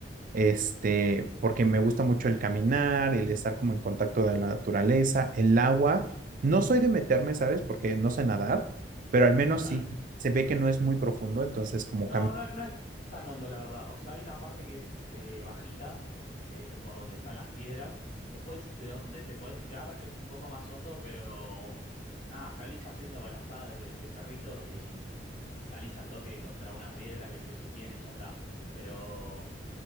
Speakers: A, on the right; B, on the left.
A: este, porque me gusta mucho el caminar, el estar como en contacto de la naturaleza, el agua. No soy de meterme, ¿sabes? Porque no sé nadar, pero al menos
B: claro.
A: sí se ve que no es muy profundo, entonces como
B: No,
A: caminar.
B: no, no es tan hondo, la verdad. O sea, hay una parte que es eh, bajita, que es por donde están las piedras. Después de donde te podés tirar es un poco más hondo, pero nada, salís haciendo brazada de, de perrito y, y salís al toque contra una piedra que te sostiene y ya está. Pero